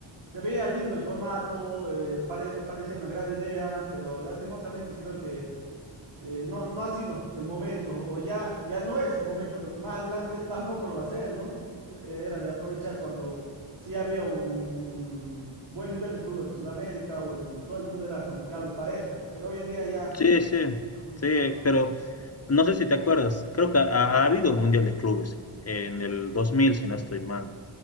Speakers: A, on the right; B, on the left.
A: se veía lindo el formato, eh, pare- parecía una gran idea, pero lastimosamente creo que eh, no, no ha sido el momento, o ya, ya no es el momento, porque más adelante <laughs> tampoco lo va a ser, ¿no? Que Era de aprovechar cuando sí había un, un- buen nivel de fútbol en Sudamérica o en todo el mundo, era como que algo parejo, pero hoy en día ya
B: Sí, sí,
A: realmente
B: sí,
A: no se va.
B: pero no sé si te acuerdas, creo que ha, ha habido un Mundial de Clubes en el 2000, si no estoy mal,